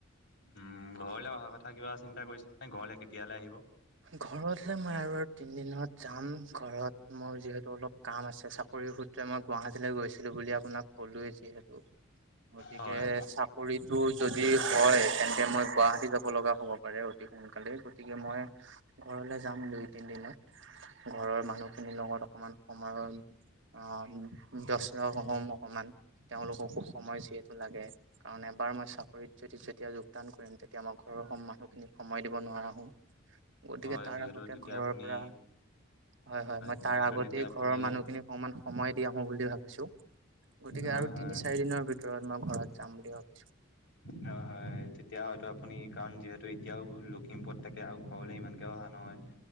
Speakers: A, on the left; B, on the right.
A: উম ঘৰলে অহা কথা কিবা চিন্তা কৰিছেনে ঘৰলে কেতিয়ালৈ আহিব?
B: ঘৰতহে মই আৰু তিন দিনত যাম ঘৰত মোৰ যিহেতু অলপ কাম আছে চাক সেইসূত্ৰে মই গুৱাহাটীলৈ গৈছিলোঁ বুলি আপোনাক কলোৱে যিহেতু গতিকে
A: হয়
B: চাকৰিটো যদি হয় তেন এতিয়া মই গুৱাহাটী যাব লগা হ'ব পাৰে অতি সোনকালেই গতিকে মই ঘৰলৈ যাম দুই তিন দিনত। ঘৰৰ মানুহখিনিৰ লগত অকমান সময়ৰ আহ ব্যস্ত হম অকমান তেওঁলোককো সময় যিহেতু লাগে, কাৰণ এবাৰ মই চাকৰিত যদি যেতিয়া যোগদান কৰিম তেতিয়া আমাৰ ঘৰৰ মানুহ খিনিক সময় দিব নোৱাৰা হম। গতিকে
A: হয়
B: তাৰ
A: যিহেতু
B: আগতে
A: তেতিয়া
B: ঘৰৰ
A: আপুনি
B: পৰা হয় হয় মই
A: যিহেতু
B: তাৰ আগতে
A: তেতিয়া আপুনি
B: ঘৰৰ মানুহখিনিক অকমান সময় দি আহো বুলি ভাবিছো। গতিকে
A: হয়
B: আৰু
A: হয়
B: তিনি চাৰি দিনৰ ভিতৰত মই ঘৰত যাম বুলি ভাবিছো।
A: হয় হয় তেতিয়া হয়টো আপুনি কাৰণ যিহেতু এতিয়াও লখিমপুৰত থাকে আৰু ঘৰলে ইমানকে অহা নহ হয়।